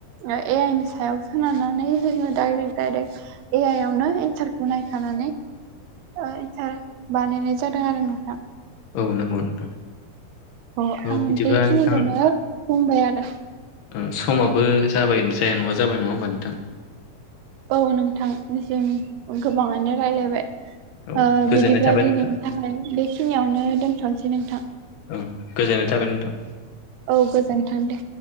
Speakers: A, on the right (about 80°); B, on the left (about 80°).
A: ए आइ नि सायाव सोनारनानै जोङो दडाइरेक्ट दडाइरेक्ट ए आइ आवनो एनसारखौ नायखानानै ओ इन्सार बानायनाय जादों आरो नोंथां।
B: औ नोंगौ नोंथां।
A: अ
B: औ
A: आं
B: बिदिब्ला
A: बेखिनिखौनो
B: नोंथां
A: बुंबाय आरो
B: उम समाबो जाबाय जाया नङा जाबाय नङा होमबा नोंथां।
A: औ नोंथां जों गोबाङानो रायलायबाय
B: औ
A: ओ
B: गोजोननाय
A: बिदिब्ला
B: थाबाय
A: दिनैनि
B: नोंथां
A: था ओमफ्राय बेखिनियावनो दोनथ'नोसै नोंथां।
B: ओम गोजोननाय थाबाय नोंथां।
A: औ गोजोन्थों दे।